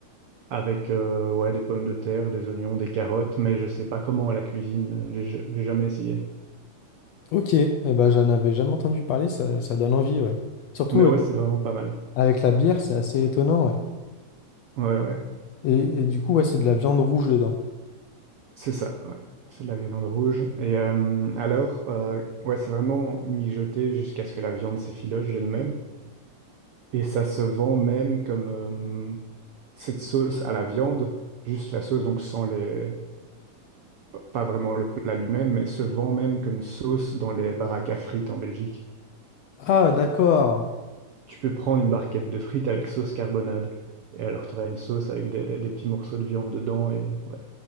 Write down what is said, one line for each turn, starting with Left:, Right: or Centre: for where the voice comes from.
Right: avec euh, ouais, des pommes de terre, des oignons, des carottes, mais je sais pas comment on la cuisine, j'ai ja-, j'ai jamais essayé.
Left: Ok, eh ben, j'en avais jamais entendu parler, ça, ça donne envie, ouais. Surtout
Right: Mais
Left: euh,
Right: ouais, c'est vraiment pas mal.
Left: avec la bière, c'est assez étonnant, ouais.
Right: Ouais, ouais,
Left: Et, et du coup, ouais, c'est de la viande rouge dedans.
Right: c'est ça, ouais. C'est de la viande rouge. Et euh, alors, euh, ouais, c'est vraiment mijoté jusqu'à ce que la viande s'effiloche d'elle-même. Et ça se vend même comme euh, cette sauce à la viande, juste la sauce, donc sans les... p- Pas vraiment le plat lui-même, mais se vend même comme sauce dans les baraques à frites en Belgique.
Left: Ah d'accord,
Right: Tu peux prendre une barquette de frites avec sauce carbonade. Et alors, tu auras une sauce avec des, des petits morceaux de viande dedans. Et ouais,